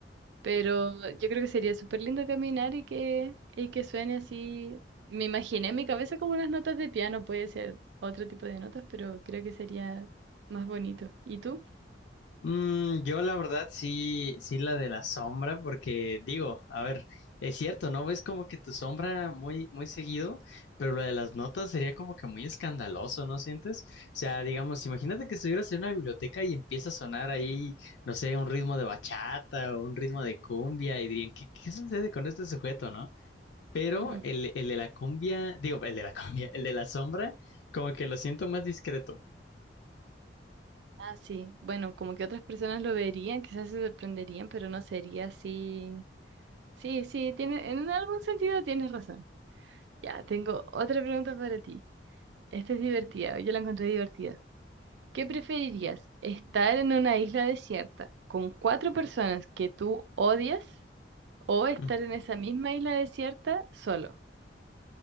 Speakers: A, on the right; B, on the left.
A: pero yo creo que sería súper lindo caminar y que, y que suene así. Me imaginé en mi cabeza como unas notas de piano, puede ser otro tipo de notas, pero creo que sería más bonito. ¿Y tú?
B: Mm, yo la verdad sí, sí la de la sombra, porque digo, a ver, es cierto, ¿no? Ves como que tu sombra muy, muy seguido, pero lo de las notas sería como que muy escandaloso, ¿no sientes? O sea, digamos, imagínate que estuvieras en una biblioteca y empieza a sonar ahí, no sé, un ritmo de bachata o un ritmo de cumbia y dirían, ¿qué, qué sucede con este sujeto, no? Pero
A: Ujú.
B: el, el de la cumbia, digo, el de la cumbia, el de la sombra, como que lo siento más discreto.
A: Ah, sí. Bueno, como que otras personas lo verían, quizás se sorprenderían, pero no sería así. Sí, sí, tiene, en algún sentido tienes razón. Ya, tengo otra pregunta para ti. Esta es divertida, yo la encontré divertida. ¿Qué preferirías? ¿Estar en una isla desierta con cuatro personas que tú odias o estar
B: Mm.
A: en esa misma isla desierta solo?